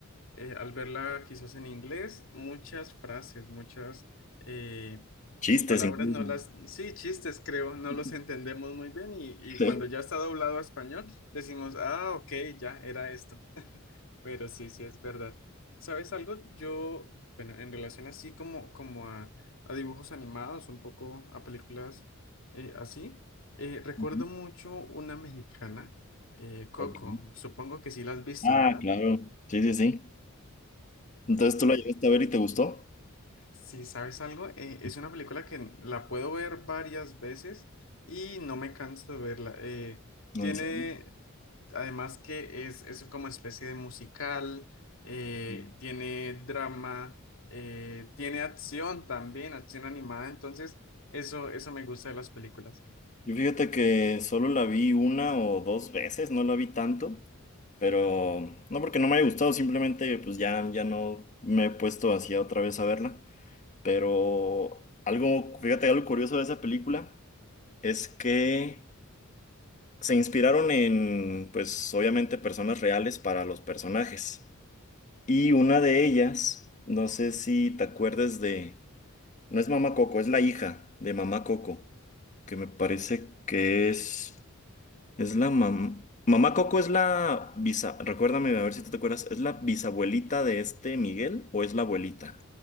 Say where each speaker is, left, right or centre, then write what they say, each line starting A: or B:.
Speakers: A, on the left; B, on the left.
A: eh, al verla quizás en inglés, muchas frases, muchas... eh,
B: Chistes
A: Palabras
B: incluso.
A: no las, sí, chistes creo, no
B: <laughs>
A: los entendemos muy bien y, y
B: Sí.
A: cuando ya está doblado a español decimos, ah, ok, ya era esto, pero sí, sí es verdad. ¿Sabes algo? Yo, bueno, en relación así como, como a, a dibujos animados, un poco a películas eh, así, eh, recuerdo
B: Ujú.
A: mucho una mexicana, eh, Coco,
B: Ok.
A: supongo que sí la has visto,
B: Ah,
A: ¿verdad?
B: claro. Sí, sí, sí. Entonces tú la llegaste a ver y te gustó.
A: Sí, ¿sabes algo? Eh, es una película que la puedo ver varias veces y no me canso de verla. Eh,
B: ¿En
A: tiene,
B: serio?
A: además que es, es como especie de musical, eh,
B: Mm.
A: tiene drama, eh, tiene acción también, acción animada, entonces eso, eso me gusta de las películas.
B: Yo fíjate que solo la vi una o dos veces, no la vi tanto, pero no porque no me haya gustado, simplemente pues ya, ya no me he puesto así otra vez a verla. Pero algo, fíjate, algo curioso de esa película es que se inspiraron en, pues obviamente, personas reales para los personajes. Y una de ellas, no sé si te acuerdes de... No es Mamá Coco, es la hija de Mamá Coco, que me parece que es, es la mamá. Mamá Coco es la bisa, recuérdame a ver si tú te acuerdas, ¿es la bisabuelita de este Miguel o es la abuelita?